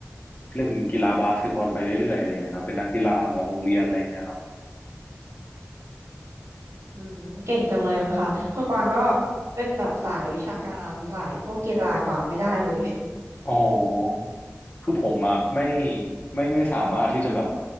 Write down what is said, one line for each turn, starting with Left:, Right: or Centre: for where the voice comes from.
Left: เล่นกีฬาบาสเกตบอลไปเรื่อยๆอะไรเงี้ยครับเป็นนักกีฬาของโรงเรียนอะไรเงี้ยครับ
Right: อืมเก่งจังเลยค่ะคือกวางก็เป็นแบบสายวิชาการสายพวกกีฬากวางไม่ได้เลย
Left: อ๋อคือผมอะไม่ไม่ไม่สามารถที่จะแบบ